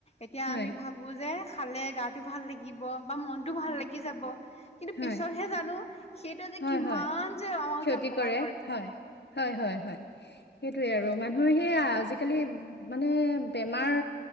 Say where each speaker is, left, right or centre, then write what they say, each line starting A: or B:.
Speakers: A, on the left; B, on the left.
A: এতিয়া
B: হয়
A: আমি ভাবোঁ যে খালে গাত টো ভাল লাগিব, বা মনটো ভাল লাগি যাব, কিন্তু
B: হয়,
A: পিছতহে জানোঁ সেইটোৱে যে
B: হয়,
A: কিমান
B: হয়,
A: যে আমাক
B: ক্ষতি
A: যে অপকাৰ
B: কৰে। হয়, হয় হয় হয়, সেইটোৱে আৰু মানুহৰ সেইয়া আজিকালি মানে বেমাৰ